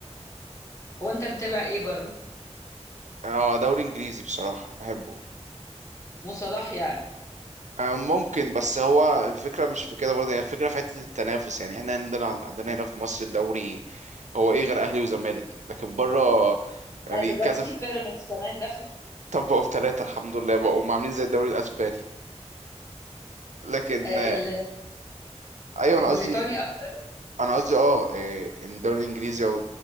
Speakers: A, on the left; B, on the right.
A: هو انت متابع ايه بره
B: اه دوري انجليزي بصراحة بحبه
A: مو صلاح يعني
B: آه ممكن بس هو الفكرة مش في كده برضه هي الفكرة في حتة التنافس يعني احنا عندنا عندنا هنا في مصر الدوري هو ايه غير اهلي وزمالك لكن بره يعني
A: لا دلوقتي
B: كذا ف-
A: في بيراميدز كمان دخل
B: طبقوا في ثلاثة الحمد لله بقوا عاملين زي الدوري الاسباني لكن
A: آه،
B: آه،
A: ال-
B: ايوه انا
A: البريطاني
B: قصدي
A: اكتر
B: انا قصدي اه إيه، ان الدوري الانجليزي او